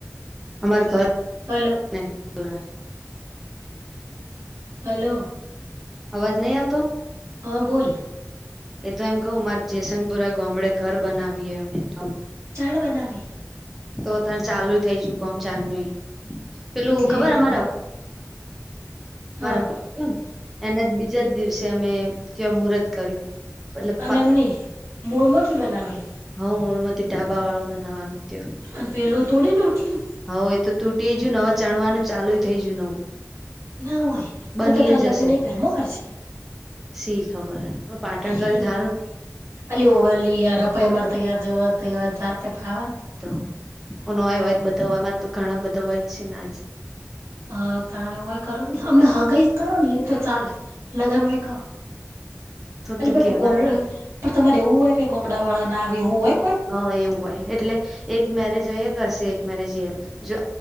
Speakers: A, in the centre; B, on the right.
A: અમાર સર
B: હલો
A: મે પરા
B: હલો
A: અવાજ નહી આવતો
B: હ બોલ
A: એ તો એમ કહ મારે જેયસંગપુરા ગામડે ઘર બનાવીએ અમે તો
B: ચાણ બનાવી
A: તો ત ચાલુ થઈ જુક આમ ચા ન પેલું
B: એટલે
A: ખબર અમારા બરાબર
B: હા
A: કેમ એના જ બીજા જ દિવસે અમે ત્યાં મુહૂર્ત કર્યું મતલબ
B: અને એમની મૂળમોથી બનાવી
A: હઉ મૂળમાંથી ઢાબા વાળું બનાવવાનું કું
B: અને પેલું તોડી ના ઉઠ્યું
A: હઉ એ તો તૂટીય ન હવા ચણવાનું ચાલુ થઈ ગયું નવું
B: ના હોય
A: બની
B: તો ત તર
A: જશે
B: લગ્ન એ ઘરમાં કરશે
A: સી ખબર હ પાટણ
B: અલી
A: કરી ધારું
B: અલી ઓવેલી યાર રપાઈ મારે તૈયાર જવા જાતે ફાવ
A: તો ન આય વાય બધા મારે તો ઘણા બધા હોય જ છે ને આજ
B: હ તણે હોય કરો અમે હગઈ કરો ને એ તો ચાલે લગ્ન હોય કરો
A: <inaudible>
B: અ ભાઈ
A: કેવા
B: ગમડા તમારે એવું હોય કે ગમડા વાળા ના આવી એવું હોય કોઈ
A: હા એવું હોય એટલે એક મેરેજ હોય કરશે એક મેરેજ જો